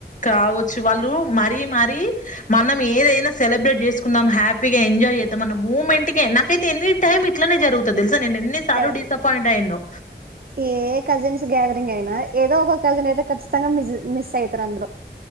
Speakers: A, on the left; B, on the right.
A: కావచ్చు వాళ్ళు మరీ మరీ మనం ఏదైనా సెలబ్రేట్ చేసుకున్నాం హ్యాపీగా ఎంజాయ్ చేద్దాంమన్న మూమెంట్ కే నాకైతే ఎన్ని టైమ్ ఇట్లానే జరుగుతుంది తెలుసా నేను ఎన్ని సార్లు
B: కదా
A: డిసప్పయింట్ అయ్యాను
B: ఏ కజిన్స్ గ్యాదరింగ్ అయినా ఏదో ఒక కజిన్ అయితే ఖచ్చితంగా మిస్ అయితారు అందరు